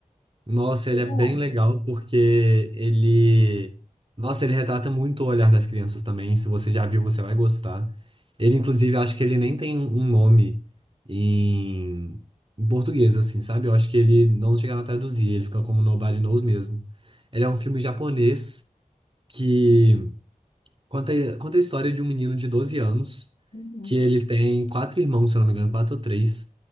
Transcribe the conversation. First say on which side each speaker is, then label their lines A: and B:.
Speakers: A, on the right; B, on the left.
A: Nossa,
B: Como
A: ele é bem
B: é?
A: legal porque ele. Nossa, ele retrata muito o olhar das crianças também. Se você já viu, você vai gostar. Ele, inclusive, acho que ele nem tem um um nome em, em português, assim, sabe? Eu acho que ele não chegaram a traduzir, ele fica como Nobody Knows mesmo. Ele é um filme japonês que. Conta, conta a história de um menino de 12 anos,
B: Uhum,
A: que ele tem quatro irmãos, se eu não me engano, quatro ou três,